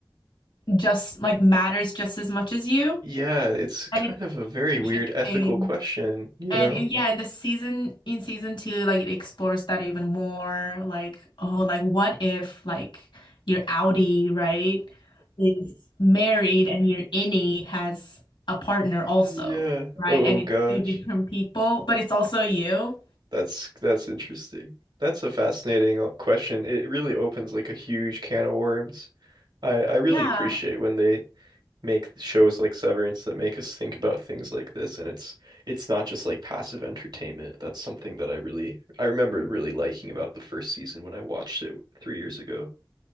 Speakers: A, on the left; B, on the right.
A: just like matters just as much as you.
B: Yeah, it's kind
A: And it's
B: of a very
A: interesting
B: weird ethical question, you
A: And
B: know?
A: in, yeah, in the season in season two, like it explores that even more. Like, oh, like what if like your Audi, right, is married and your innie has a partner also,
B: Yeah. Oh
A: right? And it's
B: gosh.
A: two different people, but it's also you.
B: That's that's interesting. That's a fascinating uh, question. It really opens like a huge can of worms. I I really
A: Yeah.
B: appreciate when they make shows like Severance that make us think about things like this and it's it's not just like passive entertainment. That's something that I really I remember really liking about the first season when I watched it 3 years ago.